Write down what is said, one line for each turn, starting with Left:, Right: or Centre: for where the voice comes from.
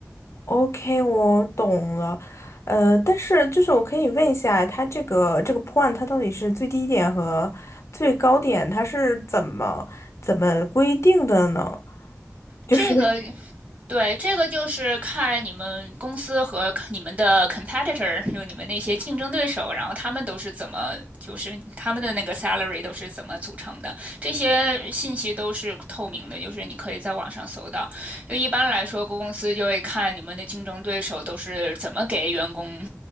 Left: ，OK，我懂了。呃，但是就是我可以问一下，他这个这个 point 它到底是最低点和最高点，它是怎么怎么规定的呢？就是。
Right: 这个对，这个就是看你们公司和你们的 competitor，就你们那些竞争对手，然后他们都是怎么，就是他们的那个 salary 都是怎么组成的，这些信息都是透明的，就是你可以在网上搜到。就一般来说，公司就会看你们的竞争对手都是怎么给员工